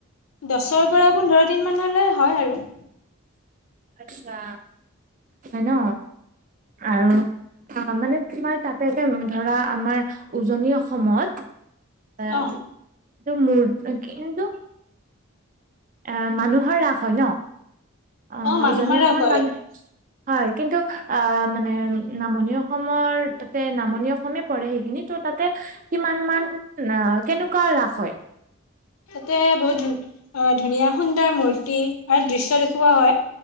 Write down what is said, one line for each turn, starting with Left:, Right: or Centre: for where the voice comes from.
Left: দছৰ পৰা পোন্ধৰ দিন মানলৈ হয় আৰু।
Right: আচ্ছা হয় ন, আৰু অ', মানে তোমাৰ তাতে যে ধৰা আমাৰ উজনি অসমত <unintelligible>
Left: অ
Right: এ মানুহৰ ৰাস হয় ন? অ',
Left: মানুহৰ
Right: উজনি
Left: ৰাস
Right: অসমত
Left: হয়
Right: মানুহ হয়, কিন্তু আ মানে নামনি অসমৰ নামনি অসমে পৰে সেইখিনি ত' তাতে কিমান মান অ', কেনেকুৱা ৰাস হয়?
Left: তাতে বহুত ধ আহ ধুনীয়া সুন্দৰ মূৰ্তি আৰু দৃশ্য দেখুওৱা হয়।